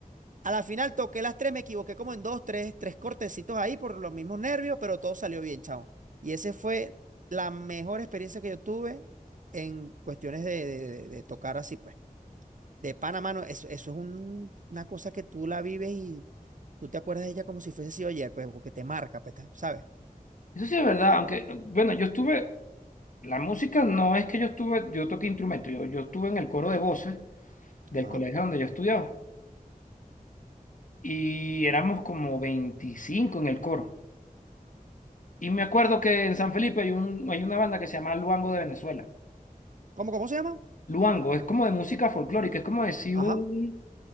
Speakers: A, on the right; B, on the left.
A: a la final toqué las tres, me equivoqué como en dos, tres, tres cortecitos ahí por los mismos nervios, pero todo salió bien, chao. Y esa fue la mejor experiencia que yo tuve en cuestiones de, de de- de tocar así, pues. De Panamá, no, eso, eso es un- una cosa que tú la vives y tú te acuerdas de ella como si fuese sido ayer, pues, porque te marca, pues, ta- ¿sabes?
B: Eso sí es verdad, aunque, bueno, yo estuve La música no es que yo estuve, yo toqué instrumento, yo, yo estuve en el coro de voces del
A: Ajá.
B: colegio donde yo estudiaba y éramos como 25 en el coro. Y me acuerdo que en San Felipe hay un, hay una banda que se llama Luango de Venezuela.
A: ¿Cómo, cómo se llama?
B: Luango es como de música folclórica, es como decir
A: Ajá.
B: un,